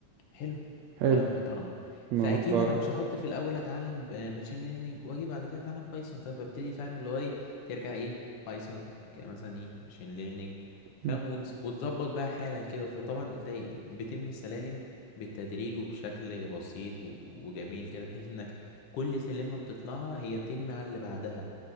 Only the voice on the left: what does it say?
حلو
كلام محترم فاكيد
انا مش هحط في الاول اتعلم ماشين ليرنينج واجي بعد كده اتعلم بايثون فببتدي فاهم اللي هو ايه ترجع ايه بايثون بعد كده مثلا ايه ماشين ليرنينج فاهم
وتز- وتظبط بقى حالك كده فطبعا انت إيه بتبني السلالم بالتدريج وبشكل بسيط و- وجميل كده بحيث انك كل سلمة بتطلعها هي بترمي على اللي بعدها